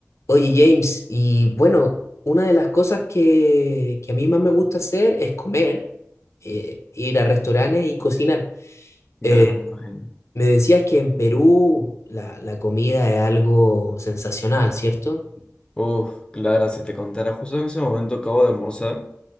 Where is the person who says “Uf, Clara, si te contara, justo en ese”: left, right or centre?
Left